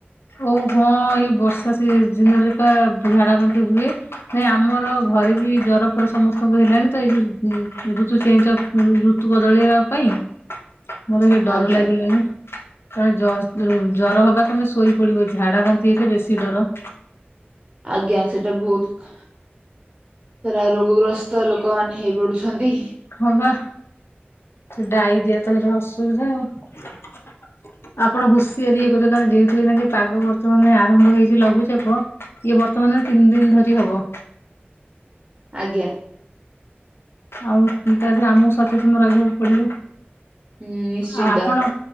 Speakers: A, on the left; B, on the right.
A: ଓଉ ହଁ, ଏଇ ବର୍ଷା ସିଜିନ୍ ରେ ପା ଝାଡା ବାନ୍ତି ହୁଏ। ନାଇଁ ଆମର ଘରେ ବି, ଜର ଫର ସମସ୍ତଙ୍କୁ ହେଲାଣି ତ, ଏଇ ଯୋ ଋତୁ ଚେଞ୍ଜ ଅ ଋତୁ ବଦଳେଇବା ପାଇଁ।
B: <inaudible>
A: ମତେ ସେ ଡର
B: ଆଜ୍ଞା
A: ଲାଗିଲାଣି, କାରଣ ଜର ହବା ତମେ ଶୋଇ ପଡିବ ଝାଡ଼ା ବାନ୍ତି ହେଲେ ବେଶୀ ଡର।
B: ଆଜ୍ଞା ସେଇଟା ବହୁତ। ସେରା ରୋଗଗ୍ରସ୍ତ ଲୋକମାନେ ହେଇ ପଡୁଛନ୍ତି।
A: ହଁ ବା ସେ ଡାଇରିଆ ତ ହେଲେ ଅସୁବିଧା ଆଉ।
B: <inaudible>
A: ଆପଣ ହୁସିଆରି ଇଏ କରୁଛ କାରଣ ଯେହେତୁ ଏଇନାକେ ପାଗ ବର୍ତ୍ତମାନ ଆରମ୍ଭ ହେଇଛି ଲଘୁଚାପ। ଇଏ ବର୍ତ୍ତମାନ ତିନି ଦିନ ଧରି ହବ।
B: ଆଜ୍ଞା।
A: ଆଉ ତା ଧୀରେ ଆମକୁ ସଚେତନ ରହିବାକୁ ପଡିବ
B: ହୁଁ ନିଶ୍ଚିନ୍ତ
A: ଆଉ ଆପଣ